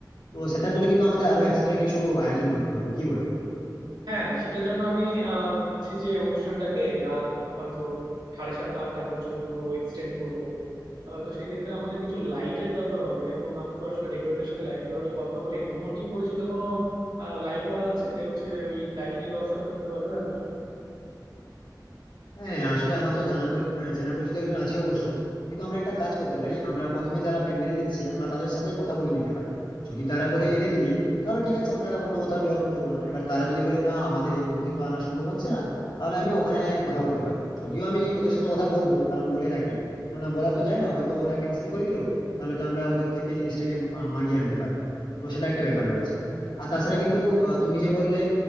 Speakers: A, on the left; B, on the right.
A: তো সেটার জন্য কিন্তু আমাদের আরো এক্সট্রা কিছু আয়োজন করতে হবে কি বলো
B: হ্যাঁ সেটার জন্য আমি আহ, ভাবছি যে অনুষ্ঠানটাকে রাত হয়তো সাড়ে সাতটা আটটা পর্যন্ত এক্সটেন্ড করব আহ, তো সেক্ষেত্রে আমাদের কিছু লাইটের দরকার হবে এখন আমি তো আসলে ডেকোরেটের সাথে লাইট ব্যবহারে কথা বলি নাই তোমার কি পরিচিত কোনো লাইট ওয়ালা আছে যে হচ্ছে ওই লাইটিং এর ব্যবস্থাটা করতে পারবে রাতের জন্য
A: হ্যাঁ হ্যাঁ, আসলে আমার তো জানা পরি- আহ, চেনা পরিচিত একজন আছে অবশ্য কিন্তু আমরা একটা কাজ করতে পারি আমরা প্রথমে যারা প্যান্ডেল দিচ্ছে আমরা তাদের সাথে কথা বলে নিতে পারি যদি তারা বলে এনে দিবে তাহলে ঠিক আছে আমরা অন্য কোথাও যোগাযোগ করবো না এবার তারা যদি বলে না আমাদের এই মুহূর্তে তো আনা সম্ভব হচ্ছে না তাহলে আমি ওখানে কথা বলতে পারি যদিও আমি ওদের সাথে কথা বলবো কারণ বলে রাখি কেননা বলা তো যায় না হয়তো ওরা ক্যান্সেল করে দিলো তাহলে তো আমরা ওদের থেকে জিনিসটাকে আহ, মাগিয়ে আনতে পারবো তো সেটা একটা ব্যাপার রয়েছে আর তাছাড়া কিন্তু আহ, তুমি যে বললে